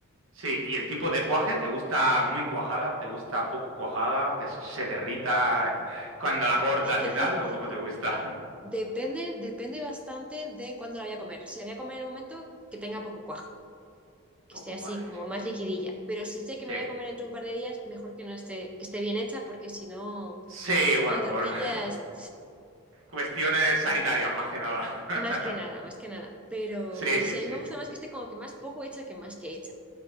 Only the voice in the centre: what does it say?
<laughs>
Depende, depende bastante de cuándo la voy a comer. Si la voy a comer en el momento, que tenga poco cuajo.
que
esté así
como
más liquidilla. Pero si sé que
me voy a comer dentro de un par de días, mejor que no esté, que esté bien hecha, porque si no,
si
no tortillas,
sí,
más que nada,
más que nada. Pero,
pero
sí, a
mí me gusta más que esté como que más poco hecha que más que hecha.